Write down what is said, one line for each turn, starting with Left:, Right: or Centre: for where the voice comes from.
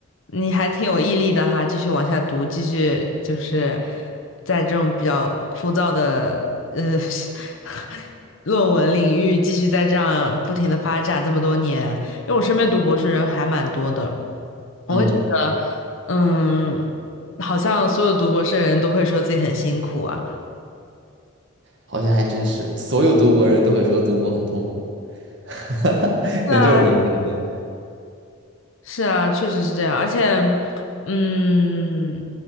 Left: 你还挺有毅力的哈，继续往下读，继续就是在这种比较枯燥的呃 <laughs> 论文领域继续在这样不停的发展这么多年，因为我身边读博士人还蛮多的，我会觉得，
Right: 嗯，
Left: 嗯，好像所有读博士的人都会说自己很辛苦啊。
Right: 好像还真是，所有读博人都会说读博很痛苦。<laughs>
Left: 是啊，
Right: 可能就是围城啊。
Left: 是啊，确实是这样。而且，嗯，